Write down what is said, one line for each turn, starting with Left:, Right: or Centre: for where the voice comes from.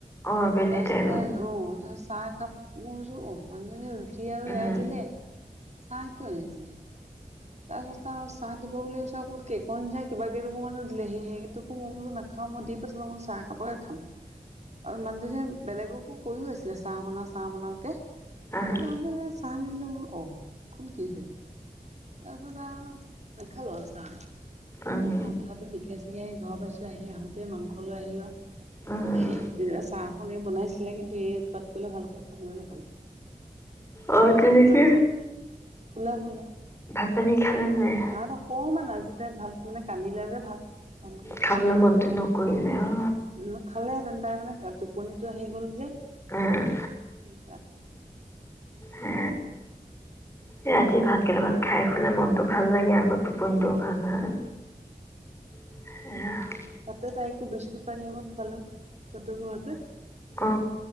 Left: অ আবেলি
Right: তাৰিছতে
Left: টাইমত
Right: অ', ত চাহ একাপ ম ভাবিছোঁ অহ, মানুহ জনীয়ে টি আৰু
Left: উম
Right: এয়া দিলে। চাহ কিয় নিদিলে? তাৰপাছত আৰু চাহ দিব বুলি কেকৰ নিচিনা কিবা কিটোকুৰা মনো দিলেহি। সেই কেইটুকুৰ মই বোলো নাখাওঁ মই দি পঠালোঁ। মই বোলো চাহ একাপোকে খাম। আৰু মানুহজীয়ে বেলেগকো কৈও আছিলে চাহ বনা, চাহ বনাওকে।
Left: আহ
Right: মানুহ চাহ নিদিলে মোৰ অ', এইখন কি হল। তাৰপিছত আৰু নাখালো আৰু চাহ।
Left: উম
Right: মাথাটো বিষাই চিখাই আহি ঘৰ পাইছোঁ। আহি আহোঁতেই মাংস লৈ আহিলো আৰু।
Left: উম
Right: আহি তেতিয়া চাহ অকনে বনাইছিলে, কিন্তু এই উৎপাত কৰিলে ভালকৈ খাবলৈ নাপালো।
Left: অ
Right: ভাত
Left: তেনেকে
Right: হে খুৱাইছে। শুলে শুলে।
Left: ভাত পানী খালে নাই
Right: ভাত অকমান আজি ভাত মানে কানিলে যে ভাত ভালকে
Left: খাবলৈ
Right: খোৱা নহলে।
Left: মনটো নকৰিলে অ
Right: নহয় খালে হতেন তাই মানে টোপনিটো আহি গ'ল যে,
Left: আহ
Right: উম
Left: হ ৰাতি ভাত কেইটামান খাই খুলাই মনতটো ভাল লাগে ই আগত পটোও
Right: উম
Left: ভাল হয় এ!
Right: তাতে তাই একো বিস্কুট পানী অকণ খালো তাতে ঘৰতে,
Left: অ অ